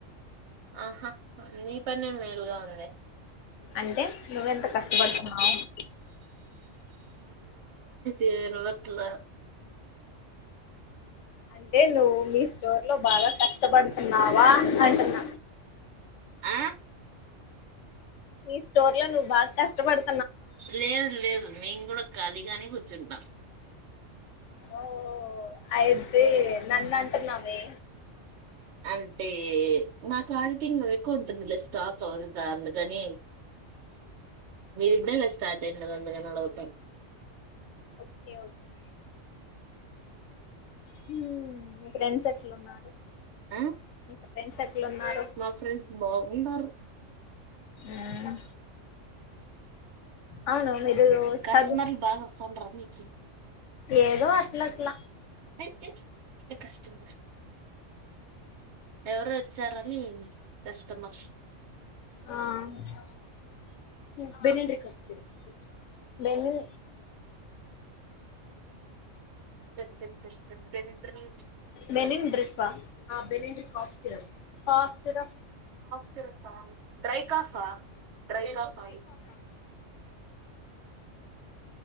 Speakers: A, on the right (about 65°); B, on the left (about 70°).
A: ఆహా మీ పనే మేలుగ ఉందె
B: అంటె నువ్వెంత కష్టబడుతున్నావ్
A: ఏను అట్ల
B: అంటె నువ్వు మీ స్టోర్ లో బాగ కష్టపడుతున్నావ అంటున్న
A: ఆ
B: నీ స్టోర్ లో నువ్వు బాగా కష్టపడు
A: లేదు లేదు మేము గుడ ఖాళీగానే కూర్చుంటాం
B: ఓహో అయితే నన్ను అంటున్నావే
A: అంటే నాకు ఆడిటింగ్లో ఎక్కువ ఉంటుందిలే స్టాక్ అవంత అందుకని మీరిప్పుడే గా స్టార్ట్ అయి ఉండాది అందుకని అడుగుత
B: ఓకే ఓకే హు మీ ఫ్రెండ్స్ ఎట్లున్నారు
A: ఆ
B: మీ ఫ్రెండ్స్ ఎట్లున్నారు
A: మా ఫ్రెండ్స్ బాగున్నారు
B: ఆహా అవునవును ఇదిగో
A: కస్టమర్లు
B: చదు
A: బాగా వస్తుంటారు మీకు
B: ఏదో అట్ల అట్ల
A: ఏ, ఏ, కస్టమర్ ఎవరు వచ్చారని కస్టమర్
B: ఆ <unintelligible> బెను
A: పె పె పె పె బెనిట్ర నుంచ్
B: మెనిన్డ్రిప్ ఆ కాఫ్ సిరప్
A: సిరప్ ఆ డ్రై కాఫ్ ఆ డ్రై కాఫ్ ఆ అది